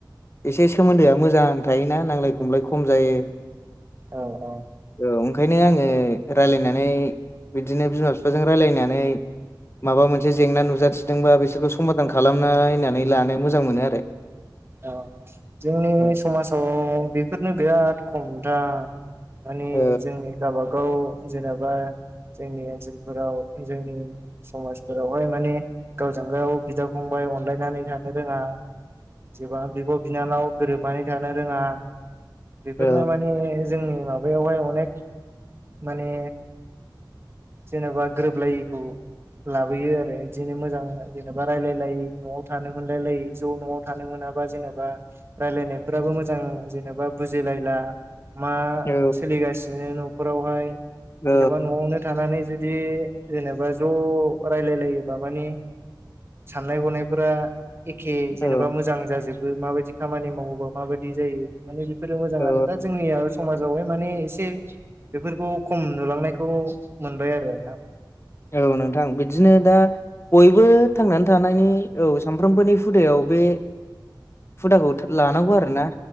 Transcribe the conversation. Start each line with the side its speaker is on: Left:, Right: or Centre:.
Left: एसे सोमोन्दोआ मोजां थायोना नांलाय खमलाय खम जायो।
Right: औ औ
Left: औ ओंखायनो आङो रायजलायनानै बिदिनो बिमा-बिफाजों रायलायनानै माबा मोनसे जेंना नुजासिदोंबा बिसोरखौ समधान खालामनानानै लानो मोजां मोनो आरो।
Right: औ जोंनि
Left: औ
Right: समाजाव बेफोरनो बिराद खम नोंथां। माने
Left: औ
Right: जोंनि गावबागाव जेनेबा जोंनि ओनसोलफोराव जोंनि समाजफोरावहाय माने गावजोंगाव बिदा-फंबाय अनलायनानै थानो रोङा जेबां बिब'-बिनानाव गोरोबनानै थानो रोङा। बेफोरनो
Left: औ
Right: माने जोंनि माबायावहाय अनेक माने जेनेबा गोरोबलायैखौ लाबोयो आरो बिदिनो मोजां जेनेबा रायलायलायै न'आव थानो मोनलायलाय ज' न'आव थानो मोनाबा जेनेबा रायलायनायफोराबो मोजां जेनेबा बुजिलायला। मा
Left: औ
Right: सोलिगासिनो न'फोरावहाय
Left: औ
Right: जेनेबा न'आवनो थानानै जुदि जेनेबा ज' रायलायलायोबा माने साननाय हनायफोरा एखे जेनेबा
Left: औ
Right: मोजां जाजोबो, माबायदि खामानि मावोबा माबायदि जायो? माने बेफोरो मोजां
Left: औ
Right: आरो दा जोंनिया समाजावहाय माने एसे बेफोरखौ खम नुलांनायखौ मोनबाय आरो आरो ना।
Left: औ नोंथां। बिदिनो दा बयबो थांनानै थानायनि, औ सानफ्रोमबोनि हुदायाव बे हुदाखौ लानांगौ आरोना।